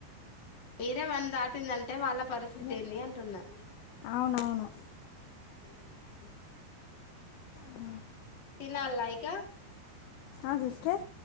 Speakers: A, on the left (about 30°); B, on the left (about 75°).
A: ఈడే వన్ దాటిందంటే వాళ్ళ పరిస్థితి
B: ఏమైతాద
A: ఏంది అంటున్నా
B: అవునవును
A: ఏ పొ
B: ఊ
A: తినల్లా ఇకా
B: ఆ సిస్టర్